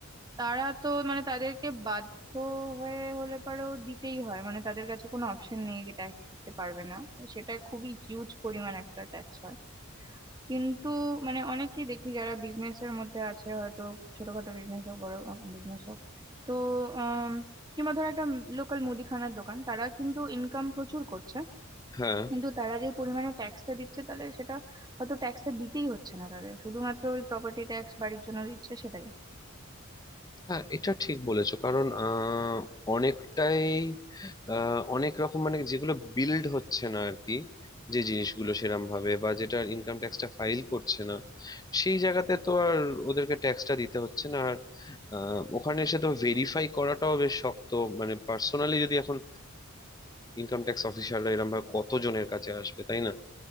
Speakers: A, on the right (about 20°); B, on the left (about 20°).
A: তারা তো মানে তাদেরকে বাধ্য হয়ে হলে পরেও দিতেই হয় মানে তাদের কাছে কোনো অপশন নেই যে ট্যাক্স দিতে পারবে না সেটা খুবই হিউজ পরিমাণ একটা ট্যাক্স হয় কিন্তু মানে অনেকেই দেখি যারা বিজনেস এর মধ্যে আছে হয়তো ছোটখাটো বিজনেস হোক বড় বিজনেস হোক তো আহ কিংবা ধর একটা লোকাল মুদিখানার দোকান তারা কিন্তু ইনকাম প্রচুর করছে
B: হ্যাঁ
A: কিন্তু তারা যে পরিমাণে ট্যাক্সটা দিচ্ছে তাহলে সেটা হয়তো ট্যাক্সটা দিতেই হচ্ছে না তাদের শুধুমাত্র ওই প্রপার্টি ট্যাক্স বাড়ির জন্য দিচ্ছে সেটাই
B: হ্যাঁ এটা ঠিক বলেছো কারণ আহ, অনেকটাই আহ, অনেক রকম মানে যেগুলো বিল্ড হচ্ছে না আর কি যে জিনিসগুলো সেরম ভাবে বা যেটা ইনকাম ট্যাক্সটা ফাইল করছে না সেই জায়গাতে তো আর ওদেরকে ট্যাক্সটা দিতে হচ্ছে না আর আহ, ওখানে এসে তো ভেরিফাই করাটাও বেশ শক্ত মানে পার্সোনালি যদি এখন ইনকাম ট্যাক্স অফিসাররা এরম ভাবে কতজনের কাছে আসবে তাই না